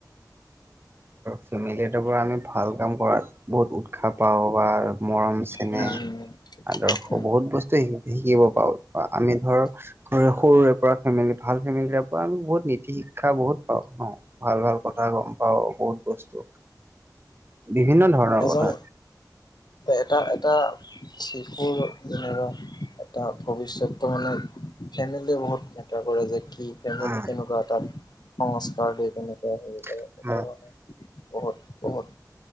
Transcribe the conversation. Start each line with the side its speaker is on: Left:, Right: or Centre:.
Right: ফেমিলিটো পৰা আমি ভাল কাম কৰাত বহুত উৎসাহ পাওঁ বা মৰম চেনেহ
Left: উম উম
Right: আদৰ্শ
Left: উম
Right: বহুত বস্তু শিকিব পাৰো আমি ধৰ সৰুৰে পৰা ফেমিলি ভাল ফেমিলিৰে পৰা আমি বহুত নীতি শিক্ষা বহুত পাওঁ ন। ভাল ভাল কথা গম পাওঁ বহুত বস্তু বিভিন্ন ধৰণৰ
Left: এজন
Right: কথা।
Left: এটা এটা <unintelligible> এটা ভৱিষ্যযতটো মানে ফেমিলীয়ে বহুত মেটাৰ কৰে যে, কি ফেমেলি
Right: উম উম
Left: কেনেকুৱা এটা সংস্কাৰ দি কেনেকুৱা হেৰি কৰে
Right: <inaudible>
Left: সেইটো মানে বহুত বহুত